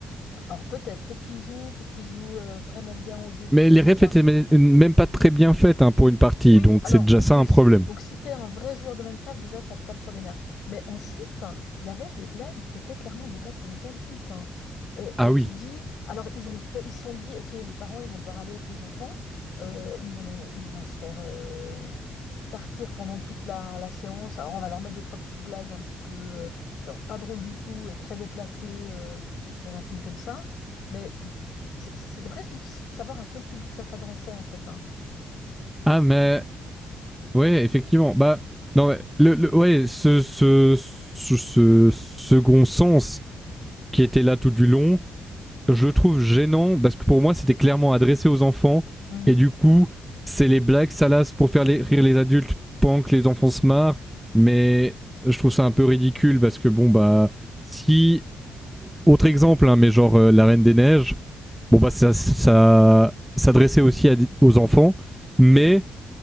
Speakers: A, on the left (about 75°); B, in the centre.
A: Alors peut-être, peut-être qu'ils jouent, peut-être qu'ils jouent euh, vraiment bien au jeu, qu'ils
B: Mais
A: connaissent
B: les
A: tout
B: refs
A: ça.
B: étaient même pas très bien faites hein, pour une partie,
A: Oui,
B: donc
A: alors
B: c'est déjà
A: en
B: ça
A: plus.
B: un problème.
A: Donc si t'es un vrai joueur de Minecraft, déjà ça te tape sur les nerfs. Mais ensuite, il y avait des blagues qui étaient clairement des blagues pour les adultes. hein. Et,
B: Ah
A: et tu
B: oui.
A: te dis, alors ils ont fait, ils se sont dit, ok, les parents ils vont devoir aller avec les enfants, euh, ils vont, ils vont se faire, euh, tartir pendant toute la, la séance. Alors, on va leur mettre deux, trois petites blagues un petit peu euh, dans- pas drôles du tout et très déplacées euh, dans un film comme ça. Mais c'est- c'est- c'était presque difficile de savoir à quel public ça s'adressait, en fait. hein.
B: Ah, mais... Ouais, effectivement. Bah, non, le, le- ouais, ce, ce, ce second sens qui était là tout du long, je le trouve gênant parce que pour moi c'était clairement adressé aux enfants
A: Mhm.
B: et du coup c'est les blagues salaces pour faire les, rire les adultes pendant que les enfants se marrent, mais je trouve ça un peu ridicule parce que bon bah si autre exemple hein, mais genre euh, la Reine des Neiges, bon bah ça, ça s'adressait aussi à, aux enfants, mais